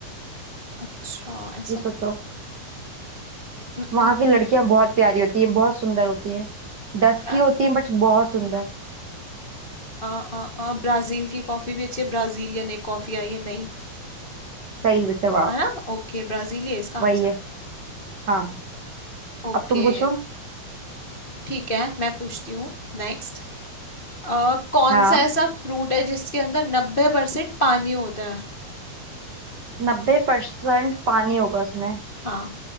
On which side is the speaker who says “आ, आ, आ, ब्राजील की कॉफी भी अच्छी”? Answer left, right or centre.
Left